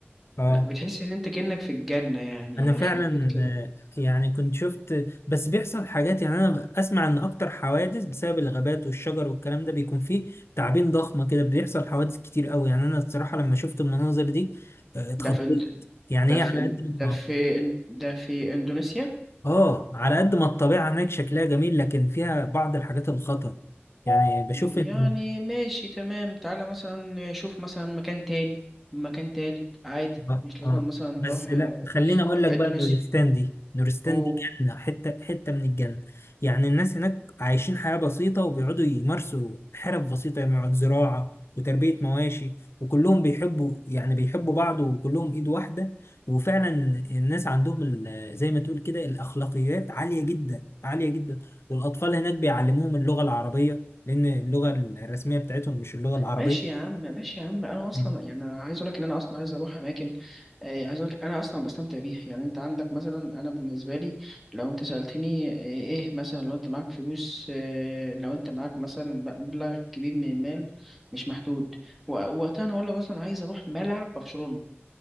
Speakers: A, on the left; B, in the centre.
A: اه
B: لا بتحس ان انت كأنك في الجنة يعني
A: انا فعلا
B: يخرب بيت كده
A: آه، يعني كنت شفت بس بيحصل حاجات يعني انا اسمع ان اكتر حوادث بسبب الغابات والشجر والكلام ده بيكون فيه تعابين ضخمة كده بيحصل حوادث كتير قوي يعني انا الصراحة لما شفت المناظر دي آه، اتخضيت
B: ده في إند...
A: يعني
B: ده
A: هي
B: في
A: على
B: إن...
A: قد ما-
B: ده
A: اه
B: في إن... ده في اندونيسيا
A: اه على قد ما الطبيعة هناك شكلها جميل لكن فيها بعض الحاجات الخطر يعني بشوف
B: يعني
A: إن
B: ماشي تمام تعالى مثلا شوف مثلا مكان تاني مكان تالت عادي
A: اه
B: مش لازم
A: اه
B: مثلا نروح
A: بس لا
B: آه،
A: خليني اقول لك
B: اندونيسيا
A: بقى نورستان دي نورستان
B: أوه.
A: دي جنه حته حته من الجنه يعني الناس هناك عايشين حياه بسيطه وبيقعدوا يمارسوا حرف بسيطه يعني يقعد زراعه وتربيه مواشي وكلهم بيحبوا يعني بيحبوا بعض وكلهم ايد واحده وفعلا الناس عندهم ال- زي ما تقول كده الاخلاقيات عاليه جدا عاليه جدا والاطفال هناك بيعلموهم اللغه العربيه لان اللغه الرسميه بتاعتهم مش اللغه العربيه
B: ماشي يا عم ماشي يا عم انا اصلا
A: مم.
B: يعني انا عايز اقول لك ان انا اصلا عايز اروح اماكن آه، عايز اقول لك انا اصلا بستمتع بيها يعني انت عندك مثلا انا بالنسبه لي لو انت سالتني آه، ايه مثلا لو انت معاك فلوس آه، لو انت معاك مثلا مبلغ كبير من المال مش محدود و- وقتها انا اقول لك اصلا عايز اروح ملعب برشلونه